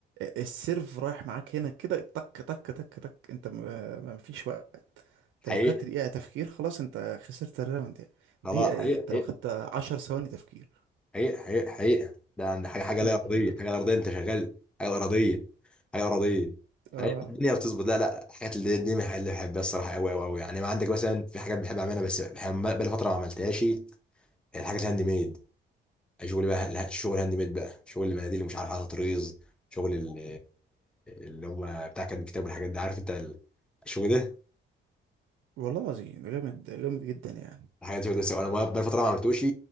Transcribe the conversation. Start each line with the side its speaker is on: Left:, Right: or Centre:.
Right: السيرف رايح معاك هنا كده تك تك تك تك انت ما ما- مفيش وقت انت
Centre: حقيقة
Right: لو خدت دقيقة تفكير خلاص انت خسرت الراوند يعني
Centre: خلاص
Right: دقيقة ايه
Centre: حقيقة
Right: انت لو خدت عشر ثواني تفكير
Centre: حقيقة حقيقة حقيقة ده ده حاجة حاجة
Right: م-
Centre: لا أرضية
Right: م-
Centre: حاجة لا أرضية أنت شغال حاجة أرضية حاجة أرضية فهي
Right: اه
Centre: الدنيا بتظبط لا لا الحاجات اللي دي من الحاجات اللي بحبها الصراحة أوي أوي أوي يعني ما عندك مثلا في حاجات بحب أعملها بس بحب- بقالي فترة ما عملتهاش الحاجات الهاند ميد شغل بقى لا، شغل هاند ميد بقى شغل المناديل اللي مش عارف على طريز شغل ال- اللي هم بتاع كاتب الكتاب والحاجات دي عارف أنت ال- الشغل ده
Right: والله العظيم ده جامد ده جامد جدا يعني
Centre: حاجات زي كده سواء انا بقى فتره ما عملتوش